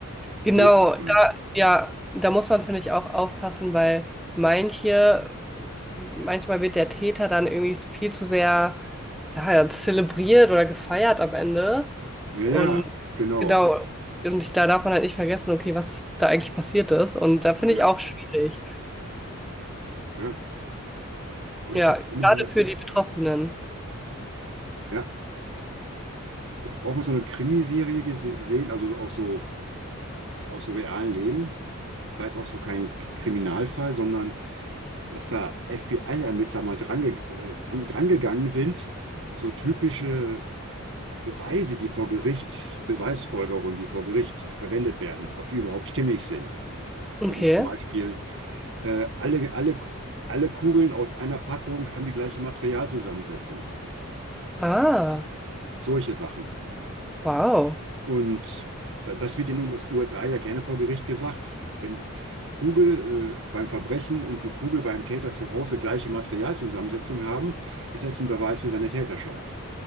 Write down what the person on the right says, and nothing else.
Das muss nicht sein.
Ja,
ja, genau.
Ja,
ja. Und
ich habe mal,
ja, ich habe auch mal so eine Krimiserie gese- gesehen, also auch so aus dem realen Leben. War jetzt auch so kein K- Kriminalfall, sondern dass da FBI-Ermittler mal drange äh, an- drangegangen sind. So typische Beweise, die vor Gericht, Beweisfolgerungen, die vor Gericht verwendet werden, ob die überhaupt stimmig sind.
Würden das zum Beispiel äh, alle, alle, alle Kugeln aus einer Packung haben die gleiche Materialzusammensetzung.
Solche Sachen.
Und da- das wird in den US- USA ja gerne vor Gericht gesagt. Wenn Kugel äh, beim Verbrechen und eine Kugel beim Täter zu Hause gleiche Materialzusammensetzung haben, ist das ein Beweis für seine Täterschaft.